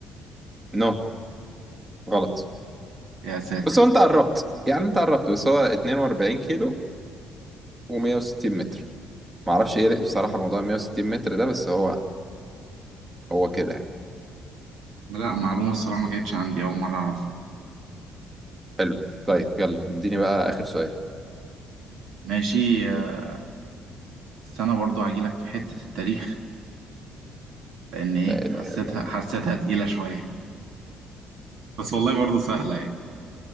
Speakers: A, on the right; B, on the right.
A: نو غلط
B: يا ساتر
A: بص هو انت قربت يعني انت قربت بس هو 42 كيلو و160 متر معرفش ايه بصراحة موضوع 160 متر ده بس هو هو كده يعني
B: لا معلومة الصراحة ما كانتش عندي أول مرة أعرفها
A: حلو طيب يلا اديني بقى آخر سؤال
B: ماشي آه، بس أنا برضو هجيلك في حتة التاريخ لأن إيه
A: لا إله
B: حسيتها
A: إلا الله
B: حسيتها تقيلة شوية بس والله برضو سهلة يعني